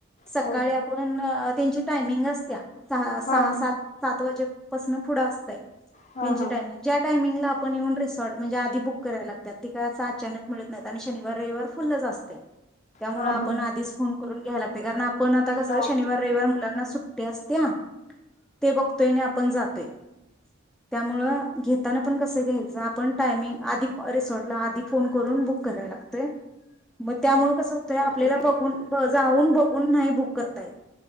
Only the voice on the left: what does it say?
हा
हा
हा हा
हा
हा
हा
का